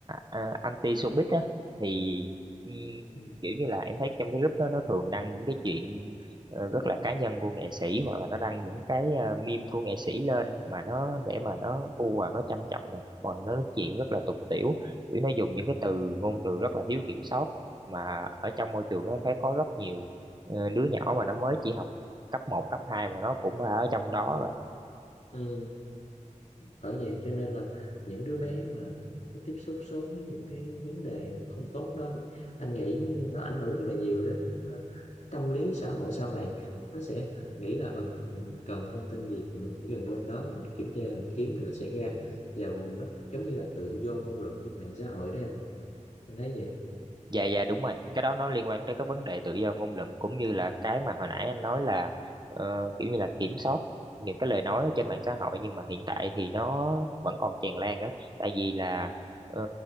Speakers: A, on the right; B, on the left.
A: à, anti showbiz á thì ừ,
B: ừ.
A: kiểu như là em thấy trong cái group đó nó thường đăng những cái chuyện ờ, rất là cá nhân của nghệ sĩ hoặc là nó đăng những cái uh, meme của nghệ sĩ lên mà nó để mà nó bu vào nó châm chọc nè hoặc là nó nói chuyện rất là tục tĩu kiểu nó dùng những cái từ ngôn từ rất là thiếu kiểm soát mà ở trong môi trường đó em thấy có rất nhiều ờ, đứa nhỏ mà nó mới chỉ học cấp một cấp 2 mà nó cũng ở trong đó rồi
B: Ừ. bởi vậy cho nên là những đứa bé mà nó tiếp xúc sớm với những cái vấn đề không tốt đó thì anh nghĩ nó ảnh hưởng rất là nhiều đến ờ, tâm lý xã hội sau này nó sẽ nghĩ là ừ mình cần thông tin gì thì mình chỉ cần lên đó mình kiểm tra mình kiếm thì nó sẽ ra và nó giống như là tự do ngôn luận trên mạng xã hội đó em em thấy vậy không
A: dạ dạ đúng rồi cái đó nó liên quan tới cái vấn đề tự do ngôn luận cũng như là cái mà hồi nãy anh nói là ờ, kiểu như là kiểm soát những cái lời nói ở trên mạng xã hội nhưng mà hiện tại thì nó vẫn còn tràn lan á tại vì là ờ,